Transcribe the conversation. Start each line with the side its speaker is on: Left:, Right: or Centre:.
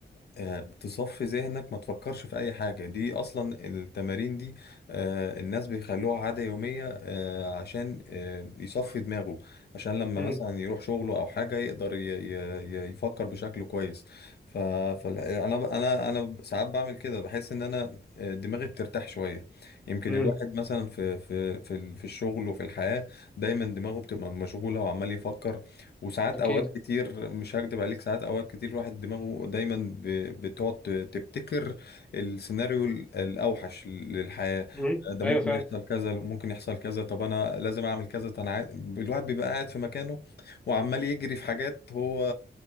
Left: آه، تصفي ذهنك ما تفكرش في اي حاجة دي اصلا التمارين دي آه، الناس بيخلوها عادة يومية آه، عشان آه، يصفي دماغه عشان لما
Centre: مم.
Left: مثلا يروح شغله او حاجة يقدر ي- ي- ي- يفكر بشكل كويس ف... فانا انا ب- انا أنا ساعات بعمل كده بحس ان انا آه، دماغي بترتاح شوية يمكن
Centre: مم.
Left: الواحد مثلا في في في ال- في الشغل وفي الحياة دايما دماغه بتبقى مشغولة وعمال يفكر وساعات
Centre: اكيد
Left: اوقات كتير مش هكدب عليك ساعات اوقات كتير الواحد دماغه دايما ب- بتقعد ت- تبتكر السيناريو ال- الاوحش للحياة
Centre: مم.
Left: ده
Centre: ايوه
Left: ممكن
Centre: فعلا
Left: يحصل كذا ممكن يحصل كذا طب انا لازم اعمل كذا طب انا عايز- الواحد بيبقى قاعد في مكانه وعمال يجري في حاجات هو